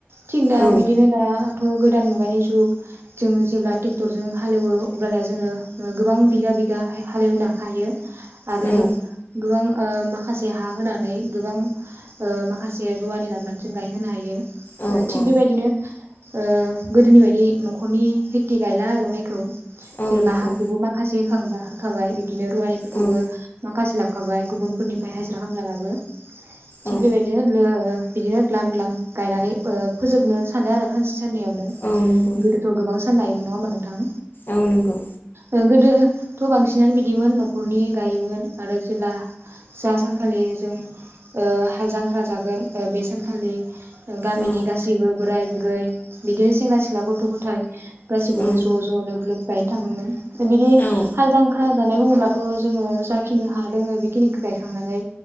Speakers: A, on the right; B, on the left.
A: थिगदा
B: औ
A: बिदिनो दा थ' गोदान मुगानि जुग जों जेब्ला टेक्टरजों हालेवो अब्लाना जोङो गोबां बिगा बिगा हाय-हालेवनो हायो आरो
B: औ
A: जों गोबां ओ मा- खासे हा होनानै गोबां ओ माखासे रुवानि लाबोनानै जों गायहोनो हायो।
B: औ
A: थिग
B: औ
A: बेबायदिनो ओ गोदोनि बायदि न'खरनि खेथि गायला आरो माइखौ
B: औ
A: जेन'बा
B: नंगौ
A: हाखौबो माखासे होखांबा होखाबाय बि- दिनो रुवानि फोरखौबो
B: औ
A: माखासे लाब खाबाय गुबुनफोरनि बाय हाइजरा खामला लाबो थिग
B: औ
A: बेबायदिनो लो बिदिनो ग्लाम ग्लाम गायनानै ओ फोजोबनो सानो आरो खानसे साननायैावनो
B: औ नंगौ
A: गोदोथ' गोबां सानलायोमोन नङा होमबा नोंथां?
B: औ नंगौ।
A: ओ गोदोथ' बांसिनानो बिदिमोन न'खरनि गायोमोन आरो जेब्ला जा सानखालि जों ओ हाल जांख्रा ओ जागोन बे सानखालि गामिनि
B: औ
A: गासैबो बोराय बुर- गै बिदिनो सेंग्रा सिख्ला गथ' गथाय गासिबो
B: औ
A: ज' ज' लोब लोब गायनो थाङोमोन बिदि
B: औ
A: हाल जांख्रा जानाय बुङोबाथ' जोङो जाखिनि हा दोङो बेखिनिखो गाय- खांनानै